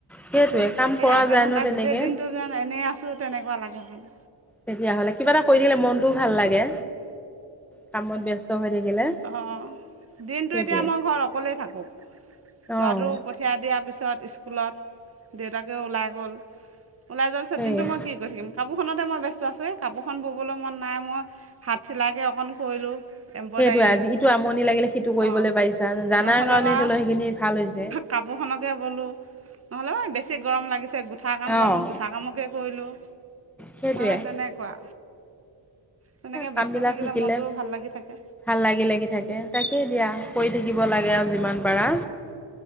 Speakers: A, in the centre; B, on the right.
A: সেইটোৱে কাম
B: এই
A: কৰা
B: আধা
A: যায়
B: ঘণ্টা
A: ন তেনেকে
B: গোটেই দিনটো যেন এনেই আছোঁ তেনেকুৱা লাগে মানে
A: তেতিয়াহ'লে কিবা এটা কৰি থাকিলে মনটোও ভাল লাগে। কামত ব্যস্ত হৈ থাকিলে
B: অ দিনটো
A: সেইটোৱে
B: এতিয়া মই ঘৰত অকলেই থাকো
A: অঁ
B: ল'ৰাটো পঠিয়াই দিয়াৰ পিছত স্কুল লত দেউতাকে ওলাই গ'ল ওলাই যোৱাৰ পিছত
A: সেয়ে
B: দিনটো মই কি কৰি থাকিম কাপোৰখনতে মই ব্যস্ত আছোহে এই কাপোৰ তাত এখন ব'বলৈ মন নাই মই হাত চিলাইকৈ অকণ কৰিলোঁ। এম্ব্ৰইডাৰী
A: সেইটোৱে আজি ইটো আমনি লাগিলে সিটো কৰিবলৈ
B: অঁ
A: পাৰিছা জানাৰ
B: নহ'লে
A: কাৰনেতো
B: বা
A: এতিয়া সেইখিনি ভাল হৈছে।
B: কাপোৰখনকে ব'লোঁ নহলে বা বেছি গৰম লাগিছে। গুঠা কাম জানো
A: অঁ
B: গুঠা কামকে কৰিলোঁ
A: সেইটোৱে
B: মানে তেনেকোৱা। তেনেকে
A: কামবিলাক
B: ব্যস্ত থাকিলে
A: শিকিলে
B: মনটোও ভাল লাগি থাকে।
A: ভাল লাগি লাগি থাকে তাকে দিয়া কৰি থাকিব লাগে আৰু যিমান পাৰা।